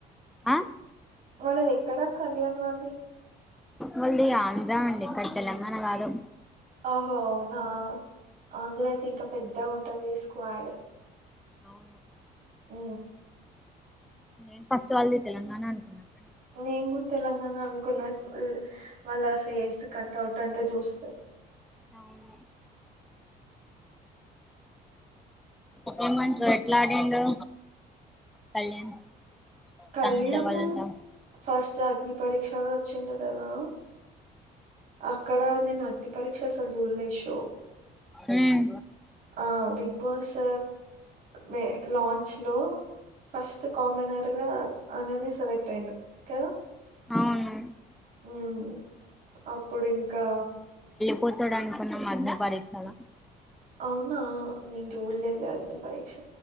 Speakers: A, in the centre; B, on the right.
A: ఆ
B: వాళ్ళది ఎక్కడా కళ్యాణ్ వాళ్ళది
A: వాళ్ళది ఆంధ్రా అండి ఇక్కడ తెలంగాణ కాదు
B: అహో అవునా అందులో అయితే ఇంకా పెద్దగా ఉంటది స్క్వాడ్
A: అవును
B: అ
A: నేను ఫస్ట్ ఆల్ది తెలంగాణ అనుకున్నాను
B: నేను కూడా తెలంగాణ అనుకున్న వాళ్ళ ఫేర్స్ కట్ అవుట్ అంతా చూస్తాయి
A: అవును ఏమంటారు ఎట్లా ఆడిడు కళ్యాణ్
B: కళ్యాణ్
A: తనుజ వాళ్ళంతా
B: ఫస్ట్ అగ్ని పరీక్షలో వచ్చిండ కదా అక్కడ నేను అగ్ని పరీక్ష అసలు చూడలేషో
A: ఉమ్
B: ఆ బిగ్ బాస్ మ లాంచ్ లో ఫస్ట్ కామనర్ గా అనని సెలెక్ట్ అయడు కదా
A: అవును
B: ఉమ్ అప్పుడు ఇంకా
A: పోతాడు అనుకున్నా మగ్న పడించాల
B: అవునా నిన్ చూడలేద అదని పరీక్ష